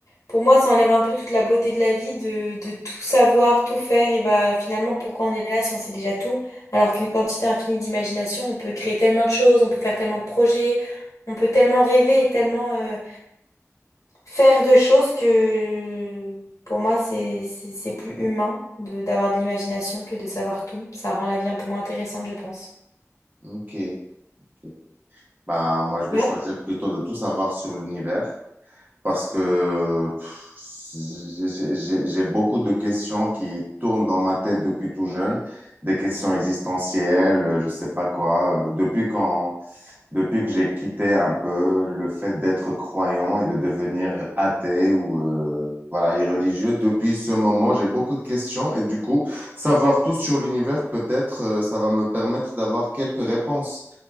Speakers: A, on the left; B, on the right.
A: pour moi, ça enlève un peu toute la beauté de la vie, de, de tout savoir, tout faire. Et bah, finalement, pourquoi on est là si on sait déjà tout? Alors qu'une quantité infinie d'imagination, on peut créer tellement de choses, on peut faire tellement de projets, on peut tellement rêver et tellement, euh, Faire de choses que pour moi c'est c'est c'est plus humain de d'avoir de l'imagination que de savoir tout. Ça rend la vie un peu moins intéressante, je pense.
B: ok. ok. Bah, moi, je vais
A: Ouais.
B: choisir plutôt de tout savoir sur l'univers. parce que pff, j'ai j'ai- j'ai- j'ai beaucoup de questions qui tournent dans ma tête depuis tout jeune, des questions existentielles, euh, je sais pas quoi. euh, Depuis quand, depuis que j'ai quitté un peu le fait d'être croyant et de devenir athée ou euh, voilà, irreligieux, depuis ce moment, j'ai beaucoup de questions et du coup, savoir tout sur l'univers, peut-être, euh, ça va me permettre d'avoir quelques réponses